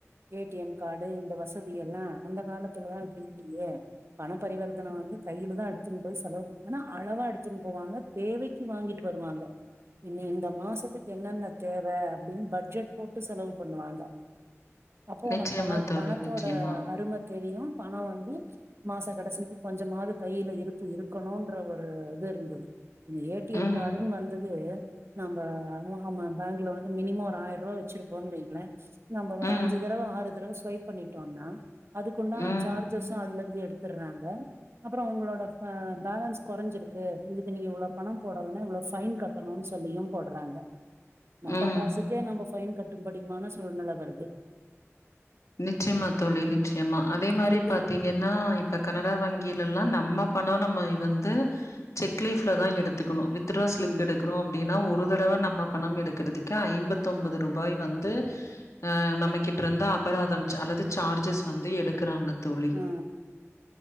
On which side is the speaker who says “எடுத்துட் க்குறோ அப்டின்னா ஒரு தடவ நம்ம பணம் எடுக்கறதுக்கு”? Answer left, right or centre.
Left